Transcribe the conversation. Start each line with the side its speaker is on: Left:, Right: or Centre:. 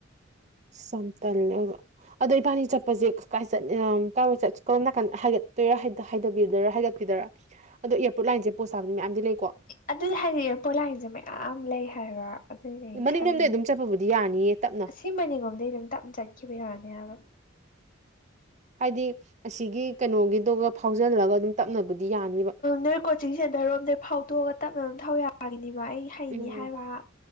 Right: ꯌꯥꯝ ꯇꯜꯂꯦ ꯑꯑꯣꯢꯕ ꯑꯗꯣ ꯏꯄꯥꯅꯤ ꯆꯠꯄꯁꯦ ꯀꯔꯣꯝ ꯅꯥꯀꯟ ꯍꯥꯏꯒꯠꯇꯣꯏꯔ ꯍꯥꯏꯗꯣꯏꯔꯥ ꯍꯥꯏ ꯐꯤꯗꯔ ꯑꯗꯣ ꯏꯌꯥꯔꯄꯣꯔꯠ ꯂꯥꯏꯟꯁꯦ ꯄꯣꯠ ꯊꯥꯕꯅꯤ ꯃꯌꯥꯝꯗꯤ ꯂꯩꯀꯣ
Left: ꯑꯗꯨꯅꯦ ꯍꯥꯢꯁꯤ ꯑꯏꯔꯣꯠ ꯂꯥꯟ ꯁꯦ ꯃꯌꯥꯝ ꯂꯩ ꯍꯥꯢꯕꯥ ꯑꯗꯨꯅꯦ
Right: ꯃꯅꯤꯡꯂꯣꯝꯗꯩ
Left: ꯈꯜꯂꯤ
Right: ꯑꯗꯨꯝ ꯆꯠꯄꯕꯨꯗꯤ ꯌꯥꯅꯤꯌꯦ ꯇꯞꯅ
Left: ꯁꯤ ꯃꯅꯤꯂꯣꯝꯗꯒꯤ ꯑꯗꯨꯝ ꯇꯞꯅ ꯆꯠꯈꯤꯕ ꯌꯥꯒꯅꯤ ꯍꯥꯏꯕ
Right: ꯍꯥꯏꯗꯤ ꯑꯁꯤꯒꯤ ꯀꯩꯅꯣꯒꯤꯗꯨꯒ ꯐꯥꯎꯖꯜꯂꯒ ꯑꯗꯨꯝ ꯇꯞꯅꯕꯨꯗꯤ ꯌꯥꯅꯤ
Left: ꯅꯣꯏ ꯀꯣꯆꯤꯡ ꯁꯦꯟꯇꯔꯣꯝꯗꯩ ꯐꯥꯎꯗꯣꯛꯑꯒ ꯇꯞꯅ ꯊꯧ ꯌꯥꯒꯤꯅꯦꯕ ꯑꯩ ꯍꯩꯅꯤ
Right: ꯎꯝ
Left: ꯍꯥꯏꯕ